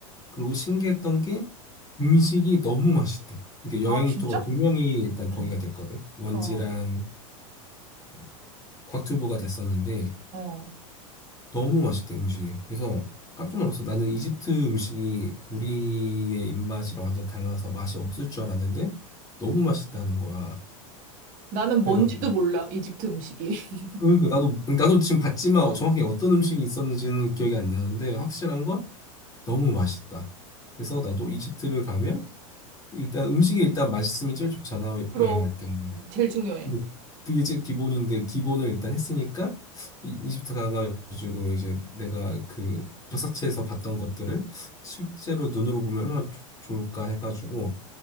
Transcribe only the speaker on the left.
그리고 신기했던 음식이 너무 맛있대. 이게 여행
유튜버 두 명이 일단 거기가
됐거든. 원지랑
어, 곽튜브가 됐었는데
너무 맛있대 음식이. 그래서 깜짝 놀랐어. 나는 이집트 음식이 우리의 입맛이랑 완전 달라서 맛이 없을 줄 알았는데 너무 맛있다는 거야.
그래가지고
그러니까 나도 나도 지금 봤지만 정확히 어떤 음식이 있었는지는 기억이 안 나는데 확실한 건 너무 맛있다. 그래서 나도 이집트를 가면 일단 음식이 일단 맛있으면 제일 좋잖아
여행할 때.
뭐, 그게 제 기본인데 기본을 일단 했으니까 이- 이집트 가가지고 이제 내가 그 역사책에서 봤던 것들을 실제로 눈으로 보면 얼마나 좋- 좋을까 해가지고